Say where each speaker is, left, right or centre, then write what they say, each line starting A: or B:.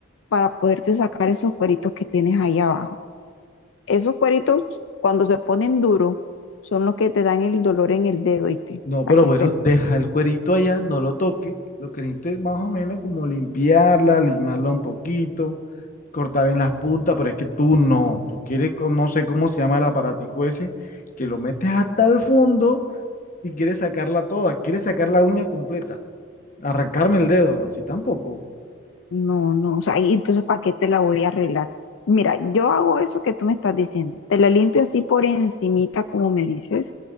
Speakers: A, on the left (about 75°); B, on the left (about 40°).
A: para poderte sacar esos cueritos que tienes ahí abajo. Esos cueritos, cuando se ponen duros, son los que te dan el dolor en el dedo, ¿viste?
B: No,
A: Para
B: pero
A: que
B: bueno,
A: sepas.
B: deja el cuerito allá, no lo toque. Lo que necesito es más o menos como limpiarla, limarla un poquito, cortar en las puntas, pero es que tú no, tú quieres con, no sé cómo se llama el aparatico ese, que lo metes hasta el fondo y quieres sacarla toda, quieres sacar la uña completa, arrancarme el dedo, así tampoco.
A: No, no, o sea, y entonces ¿para qué te la voy a arreglar? Mira, yo hago eso que tú me estás diciendo, te la limpio así por encimita como me dices,